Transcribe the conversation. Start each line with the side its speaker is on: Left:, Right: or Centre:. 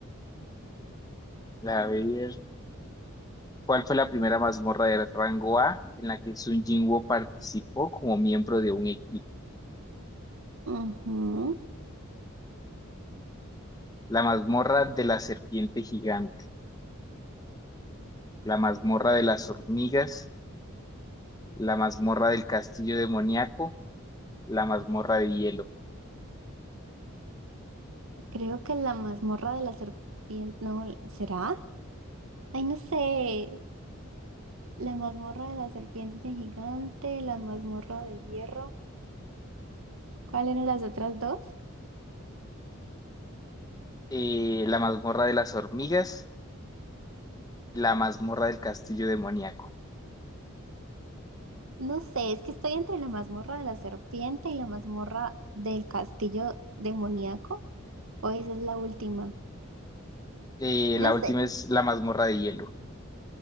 Left: La, ver, ¿cuál fue la primera mazmorra de rango A en la que Sun Jinwoo participó como miembro de un equipo?
Right: Ujú.
Left: La mazmorra de la serpiente gigante, la mazmorra de las hormigas, la mazmorra del castillo demoníaco, la mazmorra de hielo,
Right: Creo que la mazmorra de la serpiente, no, ¿será? Ay, no sé. La mazmorra de la serpiente gigante, la mazmorra de hierro. ¿Cuáles eran las otras dos?
Left: eh, la mazmorra de las hormigas, la mazmorra del castillo demoníaco.
Right: No sé, es que estoy entre la mazmorra de la serpiente y la mazmorra del castillo demoníaco. O esa es la última.
Left: Eh, la
Right: No
Left: última
Right: sé.
Left: es la mazmorra de hielo.